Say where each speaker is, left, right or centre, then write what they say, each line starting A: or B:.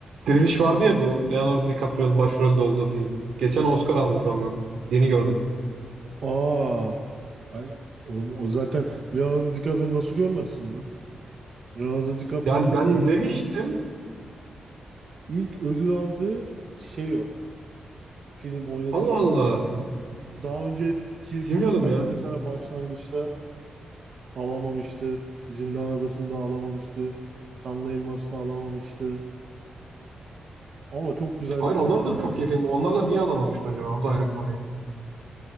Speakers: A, on the right; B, on the right.
A: Diriliş vardı ya bu Leonardo DiCaprio'nun başrolde olduğu film. Geçen Oscar almış onu. Yeni gördüm.
B: Aa, Ay, oğlum o zaten Leonardo DiCaprio'yu nasıl görmezsin lan? Leonardo DiCaprio'nun
A: Yani ben
B: ilk
A: izlemiştim.
B: ilk ödül aldığı şey o. Film oynadığı
A: Allah
B: filmdeki.
A: Allah.
B: Daha önceki filmlerde
A: Bilmiyordum ya.
B: mesela Başlangıç'ta alamamıştı. Zindan Adası'nda alamamıştı. Kanlı Elmas'ta alamamıştı. Ama çok güzel
A: Hayır
B: bir film
A: onlar da
B: ya.
A: çok iyi film. Onlarla niye alamamışlar acaba? O da ayrı konu ya.